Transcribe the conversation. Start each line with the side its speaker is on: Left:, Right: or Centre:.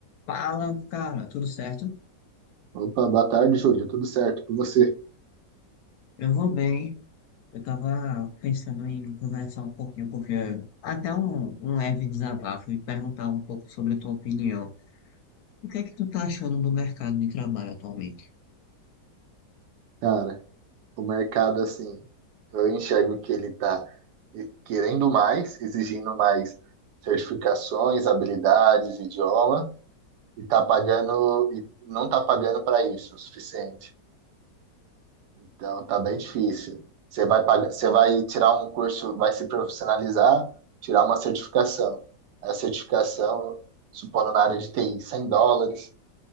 Left: Fala, cara, tudo certo?
Right: Opa, boa tarde, Júlio. Tudo certo com você?
Left: Eu vou bem. Eu tava pensando em conversar um pouquinho, porque até um, um leve desabafo e perguntar um pouco sobre a tua opinião. O que é que tu tá achando do mercado de trabalho atualmente?
Right: Cara, o mercado, assim, eu enxergo que ele está querendo mais, exigindo mais certificações, habilidades, idioma, e tá pagando, e não tá pagando para isso o suficiente. Então, tá bem difícil. Você vai pagar, você vai tirar um curso, vai se profissionalizar, tirar uma certificação. A certificação, supondo na área de TI, 100 dólares.